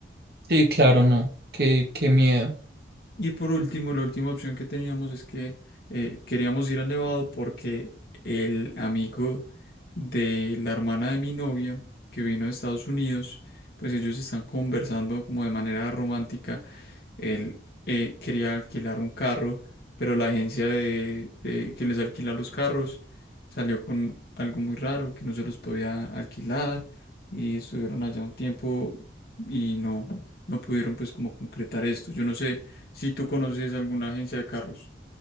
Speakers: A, on the right; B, on the left.
A: Sí, claro, no. Qué, qué miedo.
B: Y por último, la última opción que teníamos es que eh, queríamos ir a Nevado porque el amigo de la hermana de mi novia, que vino de Estados Unidos, pues ellos están conversando como de manera romántica. Él eh, quería alquilar un carro, pero la agencia de, de que les alquila los carros salió con algo muy raro, que no se los podía alquilar y estuvieron allá un tiempo y no, no pudieron pues como concretar esto. Yo no sé. Si tú conoces alguna agencia de carros,